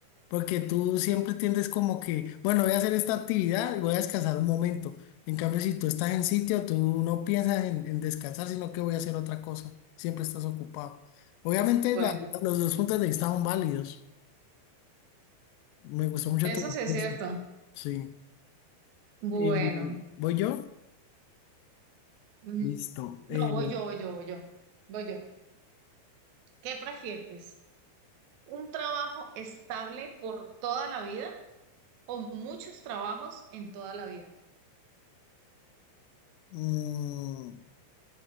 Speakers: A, on the left; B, on the right.
A: porque tú siempre tiendes como que, bueno, voy a hacer esta actividad y voy a descansar un momento. En cambio, si tú estás en sitio, tú no piensas en, en descansar, sino que voy a hacer otra cosa. Siempre estás ocupado. Obviamente,
B: Bueno,
A: la- los dos puntos de vista son válidos. Me gustó mucho
B: eso
A: tu respuesta.
B: sí es cierto.
A: Sí.
B: Bueno,
A: Eh, ¿voy yo?
B: mm,
A: Listo.
B: no,
A: Eh,
B: voy yo, voy yo, voy yo, voy yo. ¿Qué prefieres? ¿Un trabajo estable por toda la vida o muchos trabajos en toda la vida?
A: mm,